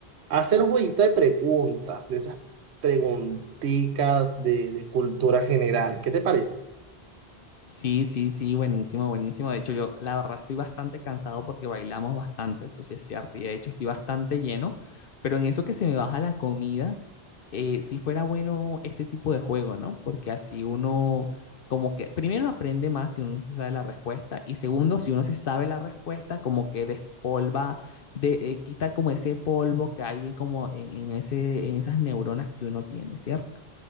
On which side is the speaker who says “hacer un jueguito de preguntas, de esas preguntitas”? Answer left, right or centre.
Right